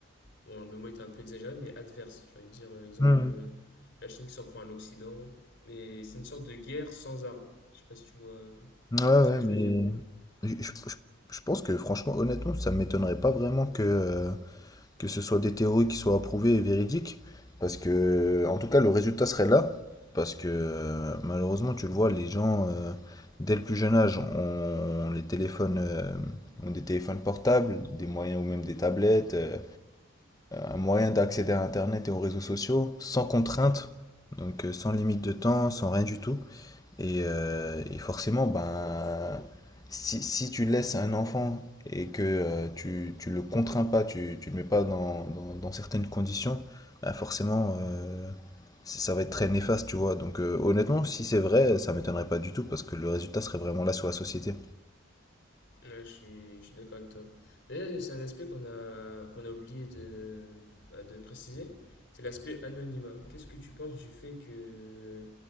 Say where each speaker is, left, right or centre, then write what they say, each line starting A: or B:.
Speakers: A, on the left; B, on the left.
A: Bon, le mot est un peu exagéré, mais adverse. J'ai envie de dire, euh, exemple,
B: Mmh.
A: euh, la Chine qui s'en prend à l'Occident. Mais c'est une sorte de guerre sans armes. Je sais pas si tu vois euh,
B: Ouais,
A: ce
B: ouais,
A: que je
B: mais
A: veux dire.
B: je, je- je- je pense que franchement, honnêtement, ça m'étonnerait pas vraiment que, euh, que ce soit des théories qui soient approuvées et véridiques, parce que, en tout cas, le résultat serait là, parce que euh, malheureusement, tu le vois, les gens, euh, dès le plus jeune âge, ont, les téléphones, euh, ont des téléphones portables, des moyens ou même des tablettes, euh, un moyen d'accéder à Internet et aux réseaux sociaux, sans contrainte, donc euh, sans limite de temps, sans rien du tout. Et, euh, et forcément, ben, si, si tu laisses un enfant et que euh, tu, tu le contrains pas, tu, tu le mets pas dans, dans, dans certaines conditions, ben forcément, euh, ça ça va être très néfaste, tu vois. Donc euh, honnêtement, si c'est vrai, ça m'étonnerait pas du tout parce que le résultat serait vraiment là sur la société.
A: Ouais, je suis, je suis d'accord avec toi. D'ailleurs, c'est un aspect qu'on a, qu'on a oublié de, bah, de préciser. C'est l'aspect anonymat. Qu'est-ce que tu penses du fait que